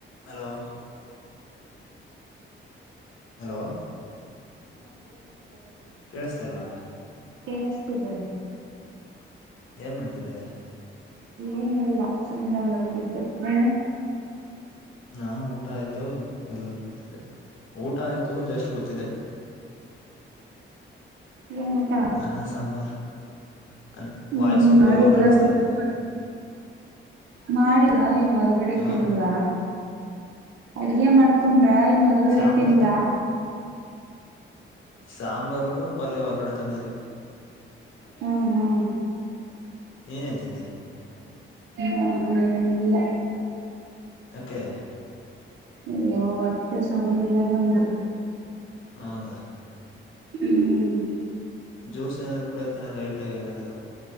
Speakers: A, on the left; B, on the right.
A: Hello hello
B: ಹಾ ಕೇಳ್ತಿದೆ ಹೇಳಿ
A: ಕೇಳಸ್ತಲ್ವಾ
B: ಕೇಳಿಸ್ತಿದೆ
A: ಏನ್ ಮಾಡ್ತಿದೆ
B: ಏನೆಲ್ಲ ಸುಮ್ಮನೆ ಮಲಗಿದೆ ನೀನು
A: ಹಾ ಊಟ ಆಯ್ತು ಇಲ್ಲೇ ಕೂತಿದೇ ಊಟ ಆಯ್ತು ಜಸ್ಟ್ ಕೂತಿದೇ
B: ಏನ್ ಊಟ
A: ಅನ್ನ ಸಾಂಬಾರ್ ಅ
B: ಹ್ಮ್
A: ವಾಯ್ಸ್
B: ಹ್ಮ್
A: ಸ್ವಲ್ಪ
B: ಮಾಡ
A: ಲೋ ಕೇಳಿಸತೈತೆ
B: ಮಾಡಿರ ಏನ್ ಹೊರಗಡೆ
A: ಹ
B: ತಿಂದ್ರ ಅಡಿಗೆ ಮಾಡ್ತ ಕೊಂಡ್ರ ಏನ್ ಹೊರಗಡೆ
A: ಸಾಂಬಾರ್
B: ತಿಂದ್ರ
A: ಸಾಂಬಾರು ಪಲ್ಯ ಹೊರ್ಗಡೆ ತಂದಿದ್ವಿ
B: ಹ್ಮ ಹ್ಮ
A: ನೀನ್ ಏನ ತಿಂದೆ
B: ನಾನು ಏನು ಇಲ್ಲ
A: ಯಾಕೆ
B: ಅಯ್ಯೋ ಹೊಟ್ಟೆ ಸರಿ ಇಲ್ಲ ನಂದು
A: ಹೌದಾ
B: ಹ್ಮ್
A: ಜ್ಯೂಸ್ ಏನಾದ್ರು ಕುಡಿಯೋದ್ ತಾನೇ ಲೈಟ್ ಆಗಿ ಏನಾದ್ರು